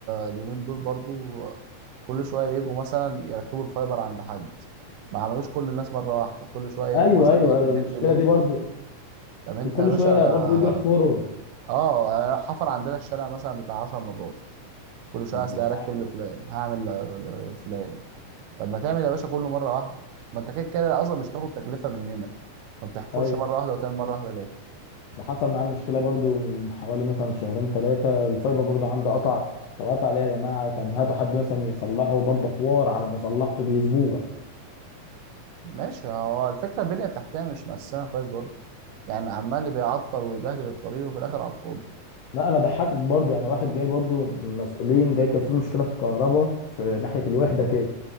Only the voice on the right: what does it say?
اليومين دول برضو كل شوية يجوا مثلا يركبوا الفايبر عند حد ما عملوش كل الناس مرة واحدة كل شوية
يجوا مثلا
ايه
بيت
ببيت
كده
طب انت
يا باشا
اه يعني حفر عندنا الشارع مثلا بتاع عشر مرات كل شوية
اصل هركب
لفلان هعمل ل- لفلان طب ما تعمل يا باشا كله مرة واحدة ما انت كده كده اصلا مش تاخد تكلفة مننا ما بتحفرش
مرة واحدة وتعمل مرة واحدة ليه
ماشي هو الفكرة البنية التحتية مش مقسمة كويس برضه يعني عمال اللي بيعطل ويبهدل الطريق وفي الآخر على الفاضي